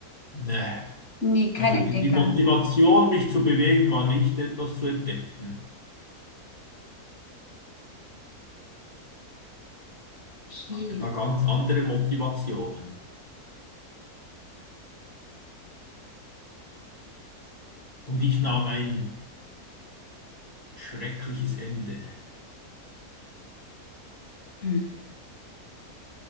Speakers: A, on the left; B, on the left.
A: Nee.
B: nee, kein
A: Also
B: Entdecker.
A: die, die Motivation, mich zu bewegen, war nicht etwas zu entdecken.
B: Okay.
A: Hatte da ganz andere Motivationen. Und ich nahm ein schreckliches Ende.
B: Hm.